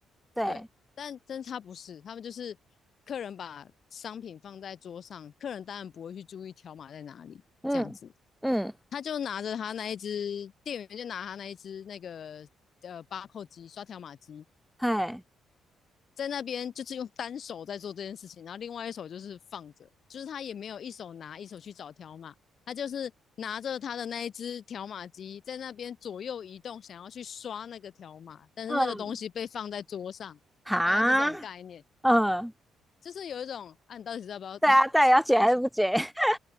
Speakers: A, in the centre; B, on the left (about 55°).
A: 对，
B: 对，但真他不是，他们就是客人把商品放在桌上，客人当然不会去注意条码在哪里这样子。
A: 嗯嗯，
B: 他就拿着他那一只，店员就拿他那一只那个呃巴扣机刷条码机，
A: 嘿，
B: 在那边就是用单手在做这件事情，然后另外一手就是放着，就是他也没有一手拿一手去找条码，他就是拿着他的那一只条码机在那边左右移动，想要去刷那个条码，但是那个东西被放在桌上，
A: 嗯，哈，
B: 大概是这种概念，
A: 嗯，
B: 就是有一种啊，你到底要不要
A: 对啊，
B: <laughs>
A: 对，要解还是不解？<laughs>